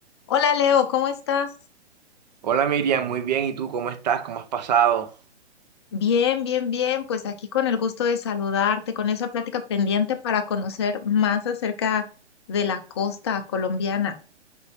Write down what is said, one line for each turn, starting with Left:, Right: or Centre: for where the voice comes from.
Left: Hola Leo, ¿cómo estás?
Right: Hola Miriam, muy bien. ¿Y tú cómo estás? ¿Cómo has pasado?
Left: Bien, bien, bien. Pues aquí con el gusto de saludarte, con esa plática pendiente para conocer más acerca de la costa colombiana.